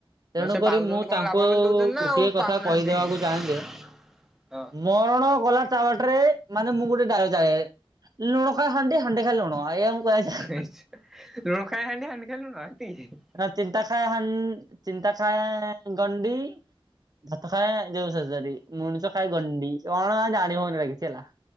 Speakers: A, on the right; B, in the centre.
A: ତେଣୁ
B: ସେ
A: କରି
B: ପାଉଛନ୍ତି
A: ମୁଁ
B: କଣ
A: ତାଙ୍କୁ
B: ଲାଭ
A: ଉ
B: ବୋଲି ଦଉଛନ୍ତି ନା
A: ଗୋଟିଏ
B: ଆଉ
A: କଥା
B: ପାଉନାହାନ୍ତି
A: କହିଦବାକୁ ଚାହେଁ ଯେ
B: ହଁ।
A: ମରଣ ଗଲା ତା ବାଟରେ ମାନେ ମୁଁ ଗୁଟେ ଡାଳ ଚାହେ ଲୁଣ ଖାଏ ହାଣ୍ଡି ହାଣ୍ଡି ଖାଏ ଲୁଣ ଏଇଆ ମୁଁ କହିବାକୁ ଚାହେଁ। ହେ
B: ଲୁଣ ଖାଏ ହାଣ୍ଡି ହାଣ୍ଡି ଖାଏ ଲୁଣ ଏତିକି ହି ଇ
A: ନା ଚିନ୍ତା ଖାଏ ହା ଆ ଚିନ୍ତା ଖାଏ ଗଣ୍ଡି ଭାତ ଖାଏ ଯୋଉ ସରି ସରି ମୁଣିଷ ଖାଏ ଗଣ୍ଡି କଣ ଜାଣି ହଉନି ଏରା କିଛି ହେଲା।